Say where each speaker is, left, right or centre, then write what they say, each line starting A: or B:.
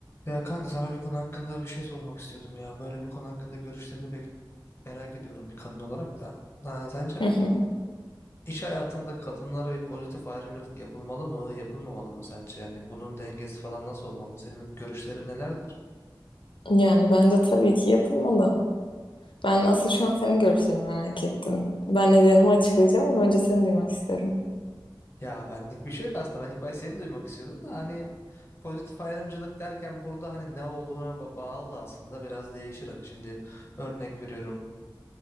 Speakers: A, on the left; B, on the left.
A: Ya kanka sana bir konu hakkında bir şey sormak istiyordum ya. Böyle bu konu hakkında görüşlerini bek- merak ediyorum bir kadın olarak da. Ha, sence
B: Hı hı.
A: bu iş hayatında kadınlara bir pozitif ayrımcılık yapılmalı mı, yapılmamalı mı sence? Yani bunun dengesi falan nasıl olmalı? Senin görüşlerin nelerdir?
B: Yani bence tabii ki yapılmalı. Ben asıl şu an senin görüşlerini merak ettim. Ben nedenimi açıklayacağım ama önce seni duymak isterim.
A: Ya benlik bir şey yok aslında. Ben ilk başta seni duymak istiyordum da hani pozitif ayrımcılık derken burada hani ne olduğuna ba- bağlı da aslında biraz değişir. Hani şimdi örnek veriyorum.